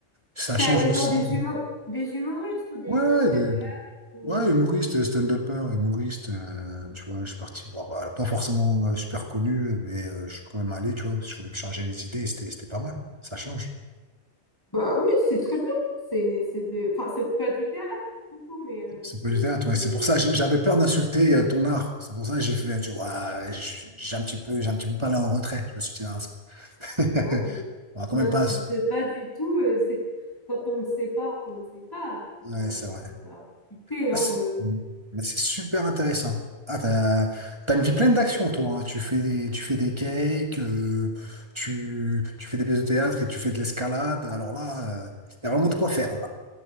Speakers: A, on the right; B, on the left.
A: ça
B: T'es
A: change
B: allé
A: aussi.
B: voir des <laughs> humo- des humoristes ou des
A: Ouais, ouais,
B: stand-up
A: de- de-
B: ou,
A: ouais,
B: euh,
A: humoriste, stand-upper, humoriste, euh, tu vois, je suis parti voir, alors pas forcément euh, super connu, mais euh, je suis quand même allé, tu vois, parce que je voulais me changer les idées, et c'était c'était pas mal, ça change.
B: Bah oui, c'est très bien. C'est c'est des... enfin, c'est pas du théâtre, du coup, mais euh,
A: C'est
B: c'est
A: pas du théâtre, ouais,
B: c'est-
A: c'est pour ça, j- j'avais peur d'insulter euh, ton art, c'est pour ça que j'ai fait, tu vois, ouais, j- j'ai un petit peu, j'ai un petit peu parlé en retrait, je me suis dit, Ah, c'est- <laughs>
B: Non, mais
A: on va quand
B: n'insulte
A: même pas,
B: pas du tout. euh, c'est... Quand on ne sait pas, on ne sait pas. Enfin,
A: ouais, c'est
B: euh,
A: vrai.
B: c'est pas insulter, hein,
A: Ah, c'est
B: euh.
A: mais c'est super intéressant. Ah, t'as, t'as une vie pleine d'actions, toi. hein. Tu fais des, tu fais des cakes, euh, tu, tu fais des pièces de théâtre et tu fais de l'escalade. Alors là, euh, il y a vraiment de quoi faire, là.